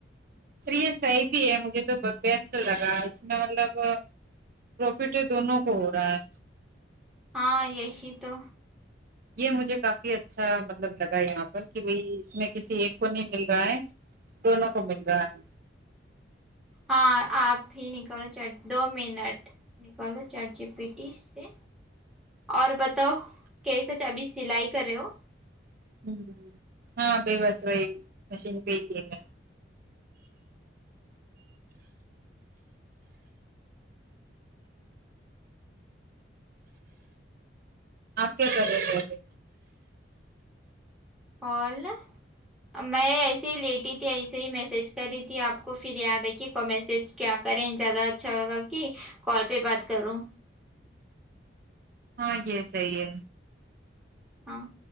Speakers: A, on the right (about 50°); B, in the centre.
A: چلیئے صحیح بھی ہے مجھے تو بیسٹ لگا اس میں مطلب پروفٹ ہی دونوں کو ہو رہا ہے
B: ہاں یہی تو
A: یہ مجھے کافی اچھا مطلب لگا یہاں پر کہ بھائی اس میں کسی ایک کو نہیں مل رہا ہے دونوں کو مل رہا ہے
B: ہاں آپ ہی نکلو چٹ دو منٹ نکالو چارٹ جی پیٹیس سے اور بتاؤ کیسا جا ابھی سلائی کر رہے ہو
A: ہ ہاں وہی بس وہائی مشین پی ہتی ہے میں آپ کیا کر رہتے
B: اول میں ایسے ہی لیٹی تھی ایسے ہی میسج کر رہی تھی آپ کو پھر یاد ہے کہ کو میسج کیا کریں زیادہ اچھا لگا کہ کال پہ بات کروں
A: ہاں یہ صحیح ہے
B: ہاں